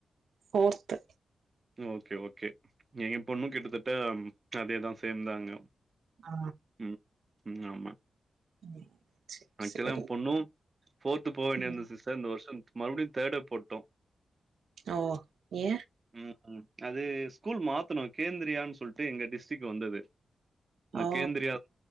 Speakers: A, on the right; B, on the right.
A: போஃர்த்து
B: ஓகே ஓகே எங்க பொண்ணு கிட்டத்தட்ட அதேதா சேம்தாங்க
A: ஆ
B: உம் உம் ஆமா
A: <inaudible>
B: ஆக்சுவலா
A: சேரி
B: பொண்ணு ஃபோர்த்து போக வேண்டிய
A: ம்
B: அந்த சிஸ்டர் இந்த வருஷோ மறுபடியு தேர்டே போட்டோ
A: ஓ ஏ
B: ம் ம் அது ஸ்கூல் மாத்தணோ கேந்திரியான்னு சொல்லிட்டு எங்க டிஸ்டிக் வந்தது இந்த
A: ஓ
B: கேந்திரியா